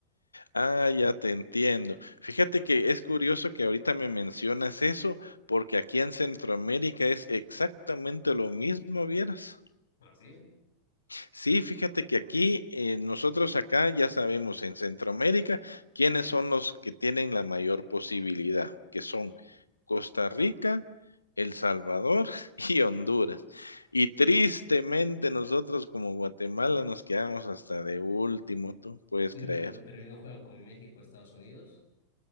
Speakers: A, on the left (about 80°); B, on the left (about 65°).
A: Ah, ya te entiendo. Fíjate que es curioso que ahorita me mencionas eso, porque aquí en Centroamérica es exactamente lo mismo, vieras.
B: Así.
A: Sí, fíjate que aquí, eh, nosotros acá ya sabemos en Centroamérica quiénes son los que tienen la mayor posibilidad, que son Costa Rica, El Salvador <laughs> y Honduras. Y tristemente nosotros como Guatemala nos quedamos hasta de último, tú puedes
B: Hombre,
A: creer.
B: pero, pero ¿no juegan con México, Estados Unidos?